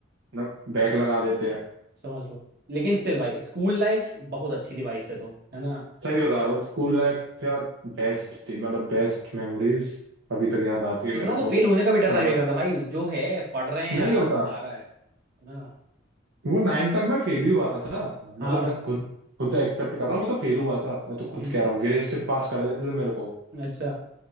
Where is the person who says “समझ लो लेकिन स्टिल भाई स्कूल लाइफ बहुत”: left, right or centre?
Right